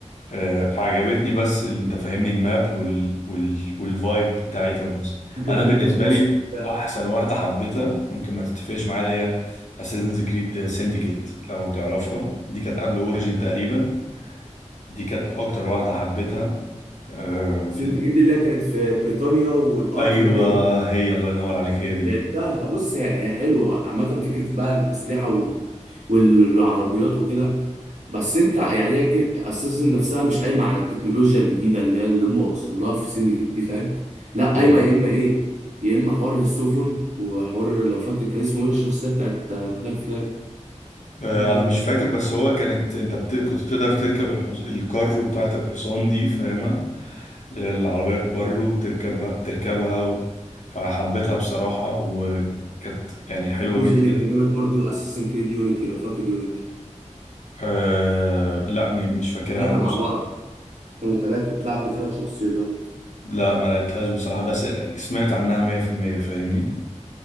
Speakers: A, on the left (about 70°); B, on the right (about 70°).
A: آه، عجبتني بس اللي انت فاهمني الماب وال وال والفايب بتاعتها بس
B: فكره
A: انا بالنسبه
B: ان انت في مصر
A: لي
B: وبتاع
A: احسن واحده حبيتها ممكن ما تتفقش معايا اللي هي اساسنز كريد سينديكيت لو تعرفها دي كانت قبل اوريجين تقريبا دي كانت اكتر واحده حبيتها آه
B: سنتجد
A: ال-
B: دي اللي هي كانت في بريطانيا والقطر
A: ايوه
B: وكده
A: هي الله ينور عليك هي دي
B: لعبتها بص هي هي حلوه عامه فكره بقى الاسلحه وال... والعربيات وكده بس انت يعني هي كده اساسا نفسها مش قايمه على التكنولوجيا الجديده اللي هي اللي هم واصلين لها في سندكت دي فاهم لا
A: ايوه
B: قايمه يا اما ايه يا اما حوار السفن وحوار لو فاكر كان اسمه ايه الشخصيه بتاعت بلاك فلاج
A: آه
B: فاكر؟
A: انا مش فاكر بس هو كانت انت بت... كنت بتقدر تركب الحص... الكارو بتاعت الحصان دي فاهمها اللي هي العربية الكارو بتركبها بتركبها و... فحبيتها بصراحة وكانت يعني حلوة
B: الجزء
A: جدا
B: اللي كان جامد برضه اساسن كريد يونيتي لو فاكر يونيتي
A: أه... لا م... مش فاكرها
B: ثلاثه
A: أوي بصراحة
B: مع بعض كانوا ثلاثة بتلعب بثلاث شخصيات
A: لا ما لعبتهاش بصراحة بس سمعت عنها 100% فاهمني